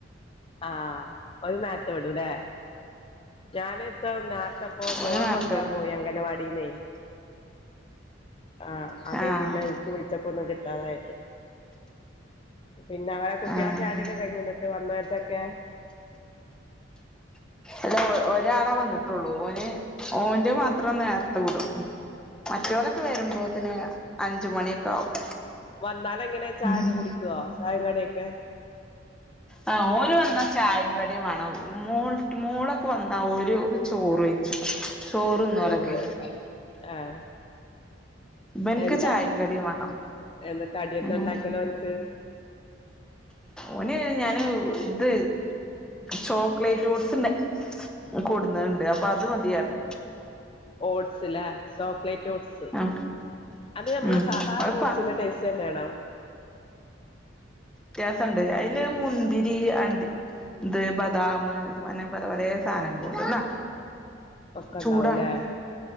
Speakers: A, on the left; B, in the centre.
A: ആ ഓന് നെരത്തെ വിടൂല്ലെ ഞാന ഇത്ര ന്നപ്പോ
B: ഓന്
A: മോളെ
B: നേരത്തെ
A: കൊണ്ടുവരാൻ
B: വിടും
A: പോയി അംഗനവാടിന്ന് ആ അതേ
B: ആഹ്
A: പിന്നെ ഇൻക്ക് വിളിച്ചപ്പൊന്നും കിട്ടാതായത് പിന്നെ അവരെ കുട്ടികളെ
B: ആഹ്
A: ചായൊടിയൊക്കെ കഴിഞ്ഞന്നിട്ട് വന്നോര്തൊക്കെ
B: അല്ല ഒരാള വന്ന്ട്ടുള്ളൂ ഓന് ഓന്റെ മാത്രം നേർത്ത വിടും മറ്റവരൊക്കെ വരുമ്പോത്തിന് അഞ്ച് മണിയൊക്കെ ആവും
A: വന്നാലെങ്ങനെ ചായൊക്കെ
B: ഉം
A: കുടിക്കുവോ ചായിം കടിയൊക്കെ
B: ആ ഓന് വന്നാ ചായിം കടിം വേണം മോൾ മോളൊക്കെ വന്നാ ഒരു ചോറ് വെയ്ച്ചു ചോറ്ന്നോലൊക്കെ
A: ചോറ് ആഹ്
B: ബൻക്ക്
A: എന്താ
B: ചായിം കടിം വാണം
A: എന്താ കടിയെന്താ ഉണ്ടാക്കല്
B: ഉം
A: ഓൻക്ക്
B: ഓന് ഞാന് ത് ചോക്ലേറ്റ് ഓഡ്സ്ണ്ട കൊട്ന്നണ്ട് അപ്പൊ അത് മതിയറ്
A: ഓട്സ്ലേ ലെ ചോക്ലേറ്റ് ഓട്സ്
B: ആഹ്
A: അത് നമ്മളെ
B: ഉം
A: സാധാ
B: അത്പ്പ
A: ഓട്സിന്റെ ടേസ്റ്റ്ന്നേണോ
B: വ്യത്യാസണ്ട് അയ്ല് മുന്തിരി അണ്ടി ത് ബദാം അങ്ങനെ പലപലേ സാധനങ്ങളുണ്ട് ന്നാ
A: ഒക്കെ
B: ചൂടാണ്
A: ഉണ്ടാവൂല്ലേ